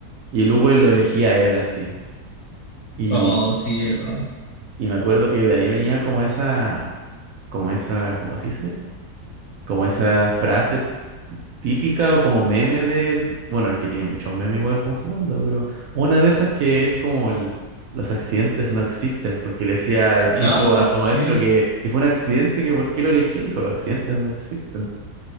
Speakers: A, on the right (about 70°); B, on the left (about 55°).
A: y el Hugo lo elegía a él así. Y,
B: Oh, sí, ¿verdad?
A: y me acuerdo que de ahí venía como esa, como esa, ¿cómo se dice? Como esa frase típica o como meme de, bueno, es que tiene muchos memes igual con Fumanda, pero una de esas que es como el, los accidentes no existen, porque le decía el chifo
B: Ah,
A: a su
B: sí.
A: maestro que, que fue un accidente, que por qué lo elegía, dijo, los accidentes no existen,